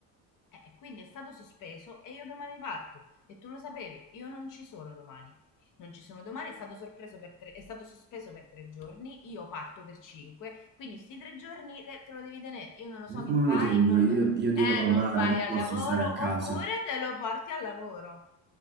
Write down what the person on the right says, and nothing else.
Ma Come
me lo tengo?
Io, io devo
lavorare,
non
posso
stare a casa.